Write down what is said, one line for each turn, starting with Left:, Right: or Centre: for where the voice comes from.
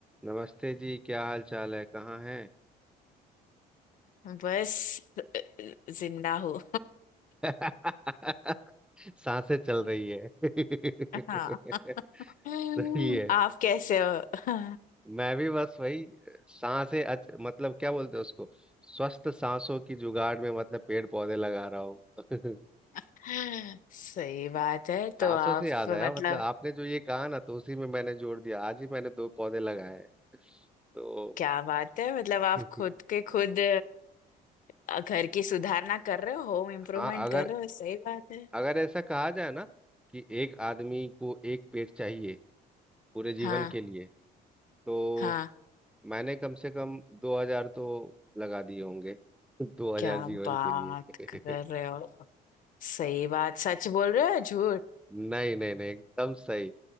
Centre: नमस्ते जी क्या हाल चाल है कहाँ हैं
Left: बस अ, जिंदा हूँ
Centre: <laughs> सांसें चल रही है <laughs>
Left: हाँ <laughs>
Centre: सही है
Left: आप कैसे हो
Centre: मैं भी बस वही सांसें अच, मतलब क्या बोलते हैं उसको स्वस्थ सांसों की जुगाड़ में मतलब पेड़ पौधे लगा रहा हूँ <laughs>
Left: <laughs> सही बात है
Centre: सांसों
Left: तो आप
Centre: से याद
Left: मतलब
Centre: आया मतलब आपने जो ये कहा ना तो उसी में मैंने जोड़ दिया आज ही मैंने दो पौधे लगाए हैं तो
Left: क्या बात है मतलब आप
Centre: <laughs>
Left: खुद के खुद अ, घर की सुधारना कर रहे हो होम इम्प्रूवमेंट
Centre: हाँ अगर
Left: कर रहे हो सही बात है
Centre: अगर ऐसा कहा जाए ना कि एक आदमी को एक पेड़ चाहिए पूरे जीवन
Left: हाँ
Centre: के लिए तो
Left: हाँ
Centre: मैंने कम से कम दो हजार तो लगा दिए होंगे <laughs> दो हजार
Left: क्या
Centre: जीवन
Left: बात
Centre: के लिए
Left: कर रहे हो
Centre: <laughs>
Left: सही बात सच बोल रहे हो या झूठ
Centre: नहीं नहीं नहीं एकदम सही